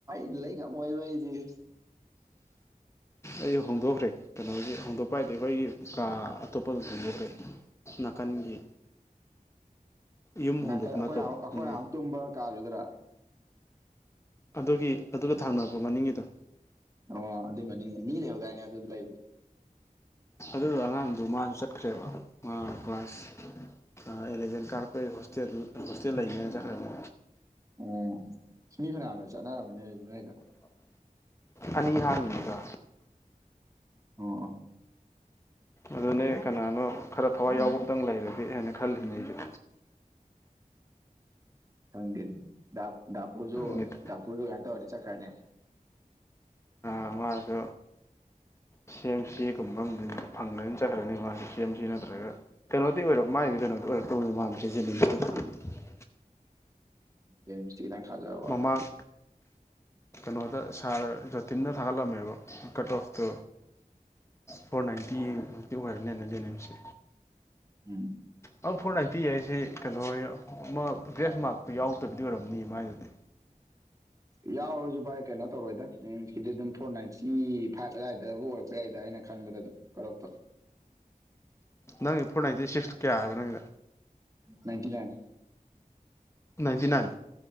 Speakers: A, on the right (about 25°); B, on the left (about 20°).
A: ꯏ ꯂꯩ ꯀ ꯃꯣꯏꯕꯗꯤ
B: ꯑꯩꯁꯨ ꯍꯣꯡꯗꯣꯛꯈ꯭ꯔꯦ ꯀꯩꯅꯣꯒꯤ ꯍꯣꯡꯗꯣꯛꯄ ꯍꯥꯏꯗꯤ ꯑꯩꯈꯣꯏꯒꯤ ꯀꯥ ꯑꯇꯣꯞꯄ ꯑꯗꯨꯝ ꯍꯣꯡꯗꯣꯛꯈ꯭ꯔꯦ ꯅꯥꯀꯟꯒꯤ
A: <unintelligible>
B: ꯌꯨꯝ
A: ꯅꯥꯀꯩ
B: ꯍꯣꯡꯗꯣꯛꯄ
A: ꯑꯩꯈꯣꯏ
B: ꯅꯠꯇꯕ
A: ꯑꯩꯈꯣꯏ
B: ꯃꯣꯏ
A: ꯉꯨ ꯇꯨꯝꯕ ꯀꯥꯔꯨꯗ꯭ꯔꯥ
B: ꯑꯗꯨꯒꯤ ꯑꯗꯨꯒ ꯊꯥꯡꯔꯕꯣ ꯃꯅꯤꯡꯒꯤꯗꯣ
A: ꯑꯣ ꯑꯗꯨꯏ ꯃꯅꯤꯡ ꯃꯤ ꯂꯩꯍꯧꯗꯥꯏꯅꯦ ꯑꯗꯨ ꯂꯩꯕꯗꯣ
B: ꯑꯗꯨꯗ ꯑꯉꯥꯡꯗꯨꯣ ꯃꯥꯁꯨ ꯆꯠꯈ꯭ꯔꯦꯕ ꯃꯥ ꯀ꯭ꯂꯥꯁ ꯑꯦꯂꯚꯦꯟ ꯀꯥꯔꯛꯄꯩ ꯍꯣ ꯍꯣꯁꯇꯦꯜꯗꯨ ꯍꯣꯁꯇꯦꯜ ꯂꯩꯅꯦꯅ ꯆꯠꯈ꯭ꯔꯕ
A: ꯎꯝ ꯁꯤꯅꯤ ꯐꯅꯝꯅ ꯆꯠꯅꯔꯕꯅꯦ ꯑꯩꯁꯨ ꯅꯣꯏꯗ
B: ꯑꯅꯤꯍꯅꯤꯒ
A: ꯑꯣ <unintelligible>
B: ꯑꯗꯨꯅꯦ ꯀꯅꯥꯅꯣ ꯈꯔ ꯊꯋꯥꯏ ꯌꯥꯎꯕ ꯑꯃꯇꯪ ꯂꯩꯔꯒꯦ ꯍꯥꯏꯅ ꯈꯜꯂꯤꯅꯦ ꯑꯩꯁꯨ
A: ꯈꯪꯗꯦꯅꯦ ꯗꯥꯄꯨꯁꯨ
B: ꯅꯤꯠ
A: ꯙꯄꯨꯁꯨ ꯀꯥꯏ ꯇꯧꯔꯗꯤ ꯆꯠꯈ꯭ꯔꯅꯦ
B: ꯑꯃꯃꯥꯁꯨ ꯁꯤ ꯑꯦꯝ ꯁꯤꯒꯨꯝꯕ ꯑꯃꯗꯤ ꯐꯪꯗꯅ ꯆꯠꯈ꯭ꯔꯅꯤ ꯃꯥꯁꯦ ꯁꯤ ꯑꯦꯝ ꯁꯤ ꯅꯠꯇ꯭ꯔꯒ ꯀꯩꯅꯣꯗꯤ ꯑꯣꯏꯔꯣ ꯃꯒꯤꯗꯤ ꯀꯩꯅꯣꯗ ꯀ ꯃꯝꯖꯦꯖꯅꯤꯃꯤꯇ <unintelligible>
A: ꯎꯝ ꯁꯇꯇꯪ ꯊꯥꯖꯕ
B: ꯃꯃꯥꯡ ꯀꯩꯅꯣꯗ ꯁꯥꯔ ꯖꯣꯇꯤꯟꯅ ꯊꯥꯒꯠꯂꯝꯃꯦꯕ ꯀꯠ ꯑꯣꯐꯇꯨ ꯐꯣꯔ ꯅꯥꯏꯟꯇꯤꯛꯇꯤ ꯑꯣꯏꯔꯦꯅꯦꯅꯖꯦꯁꯤ
A: ꯎꯝ
B: ꯑ ꯐꯣꯔ ꯅꯥꯏꯟꯇꯤ ꯍꯥꯏꯁꯤ ꯀꯩꯅꯣ ꯑꯃ ꯗ꯭ꯔꯦꯁ ꯃꯥꯔꯛꯇꯨ ꯌꯥꯎꯗꯕꯗꯤ ꯑꯣꯏꯔꯝꯅꯤ ꯃꯥꯏꯗꯨꯗꯤ
A: <unintelligible> ꯌꯥꯎꯔꯁꯨ ꯚꯥꯏ ꯀꯩꯅꯣ ꯇꯧꯔꯣꯏꯗ ꯃꯤꯟꯁꯀꯤꯗꯤ ꯑꯗꯨꯝ ꯐꯣꯔ ꯅꯥꯏꯟꯇꯤ ꯐꯥꯏꯚ ꯑꯗꯨꯋꯥꯏꯗꯕꯨ ꯑꯣꯏꯔꯛꯄ ꯌꯥꯏꯗ ꯑꯩꯅ ꯈ ꯑꯗꯨꯣꯛꯇ
B: ꯅꯪꯒꯤ ꯐꯣꯔ ꯅꯥꯏꯟꯇꯤ ꯁꯤꯛꯁ ꯀꯌꯥ ꯍꯥꯏꯕ ꯅꯪꯒꯤꯗ
A: ꯅꯥꯟꯇꯤꯅꯟ
B: ꯅꯥꯏꯟꯇꯤ ꯅꯥꯏꯟ